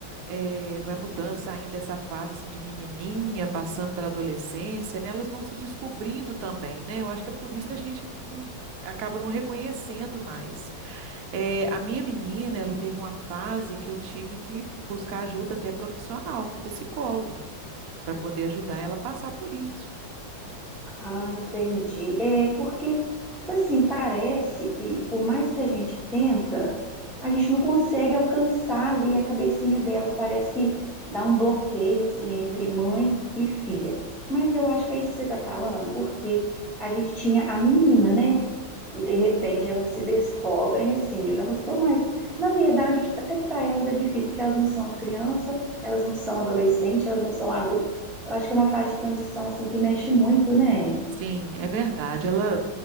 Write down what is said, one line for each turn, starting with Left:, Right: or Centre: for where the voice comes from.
Right: eh, vai mudando, saindo dessa fase assim de menininha, passando pela adolescência, né? Elas vão se descobrindo também, né? Eu acho que é por isso que a gente não- acaba não reconhecendo mais. Eh, a minha menina, ela teve uma fase que eu tive que buscar ajuda até profissional, com psicólogo, para poder ajudar ela a passar por isso.
Centre: Ah, entendi. É porque, tipo assim, parece que por mais que a gente tenta, a gente não consegue alcançar ali a cabecinha delas. Parece que dá um bloqueio assim entre mãe e filha. Mas eu acho que é isso que você está falando, porque a gente tinha a menina, né? E de repente elas se descobrem assim. Eu já não sou mais. Na verdade, acho que até que para elas é difícil, porque elas não são criança, elas não são adolescente, elas não são adulto. Eu acho que é uma fase de transição assim que mexe muito, né?
Right: Sim, é verdade. Ela